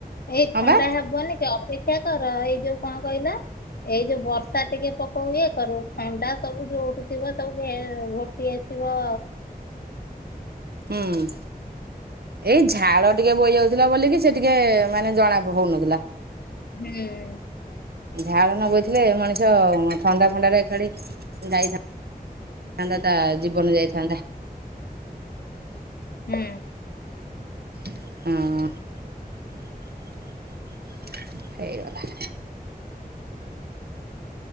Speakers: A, on the left (about 75°); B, on the right (about 80°).
A: ଏଇ
B: ହଁ
A: ଥଣ୍ଡା
B: ବା
A: ହବନି। ଅପେକ୍ଷା କର ଏଇ ଯୋଉ କଣ କହିଲ ଏଇ ଯୋଉ ବର୍ଷା ଟିକେ ପକଉ ଇଏ କରୁ ଥଣ୍ଡା ସବୁ ଯୋଉଠୁ ଥିବ ସବୁ ଇଏ ଏ ପୁଅ
B: ହୁଁ। ଏଇ ଝାଳ ଟିକେ ବୋଇ ଯାଉଥିଲା ବୋଲିକି ସେ ଟିକେ ମାନେ ଜଣା ପ ହଉନଥିଲା।
A: ହୁଁ।
B: ଝାଳ ନ ବୋଇଥିଲେ ମଣିଷ ଥଣ୍ଡା ଫଣ୍ଡାରେ ଏଖାଡି ଯାଇଥା <unintelligible> ତା ଜୀବନ ଯାଇଥାନ୍ତା।
A: ହୁଁ।
B: ହଁ। ହେଇଗଲା।